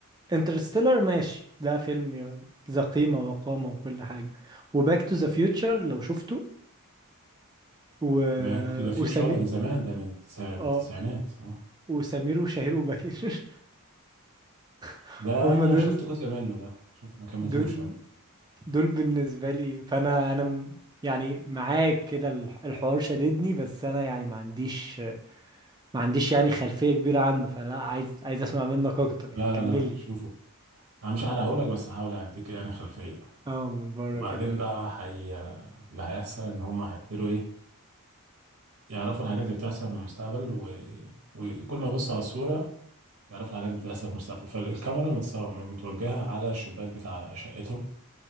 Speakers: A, on the right (about 20°); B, on the right (about 70°).
A: انترستيلر ماشي ده فيلم ي- ذا قيمة وقامة وكل حاجة وباك تو ذا فيوتشر لو شفته و...
B: باك تو ذا فيوتشر
A: وسمير
B: ده من زمان ده من التسع-
A: اه
B: من التسعينات آه.
A: وسمير وشهير وبهير <laughs>
B: ده
A: هم
B: أنا
A: دول
B: شفت جزء منه ده شوف ما كملتوش
A: دول
B: آه.
A: دول بالنسبة لي فأنا أنا م- يعني معاك كده الح- الحوار شددني بس أنا يعني ما عنديش ما عنديش يعني خلفية كبيرة عنه فلا عايز عايز أسمع منك أكتر
B: لا
A: يعني
B: لا
A: كمل
B: لا
A: لي
B: شوفوا
A: كده
B: أنا مش هحرقهولك بس هحاول أديك يعني خلفية
A: اه من بره
B: وبعدين
A: كده
B: ده حي... اللي هيحصل إن هما هيبتدوا إيه يعرفوا الحاجات اللي بتحصل في المستقبل و... وكل ما يبص على الصورة يعرف الحاجات اللي بتحصل في المستقبل فالكاميرا متسو- متوجهة على الشباك بتاع شقتهم